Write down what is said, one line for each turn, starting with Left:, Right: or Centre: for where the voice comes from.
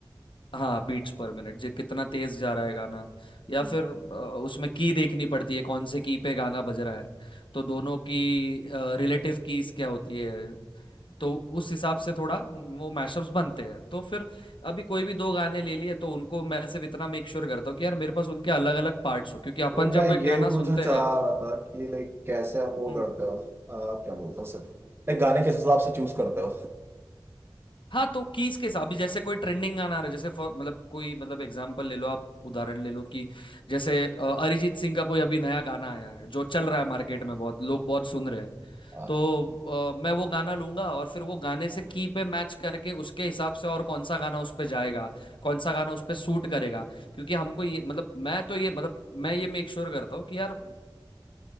Left: हाँ बीट्स पर मिनट जे कितना तेज जा रहा है गाना या
Right: हम्म
Left: फिर अ, उसमें की देखनी पड़ती है कौन से की पे गाना बज रहा है तो दोनों की रिलेटिव कीज क्या होती है तो उस हिसाब से थोड़ा वो मैशअप्स बनते हैं तो फिर अभी कोई भी दो गाने ले लिए तो उनको मैं सिर्फ इतना मेक श्योर करता हूँ कि यार मेरे पास उनके अलग अलग पार्ट्स हो क्योंकि अपन जब
Right: मैं
Left: एक
Right: यही
Left: गाना
Right: पूछना
Left: सुनते
Right: चाह
Left: हैं
Right: रहा था कि लाइक कैसे आप वो
Left: हम्म,
Right: करते हो अ, क्या बोलते हो सर लाइक गाने किस हिसाब से चूज करते हो
Left: हाँ तो कीज के साथ अभी जैसे कोई ट्रेंडिंग गाना आ रहा है जैसे for- मतलब कोई मतलब एग्जांपल ले लो आप उदाहरण ले लो कि जैसे अ, अरिजीत सिंह का कोई अभी नया गाना आया है जो चल रहा है मार्केट में बहुत लोग बहुत सुन रहे हैं
Right: जी
Left: तो अ, मैं वो गाना लूंगा और फिर वो गाने से की पे मैच करके उसके हिसाब से और कौन सा गाना उस पे जाएगा कौन सा गाना उस पे सूट करेगा क्योंकि हमको ये मतलब मैं तो ये मतलब मैं ये मेक श्योर करता हूँ कि यार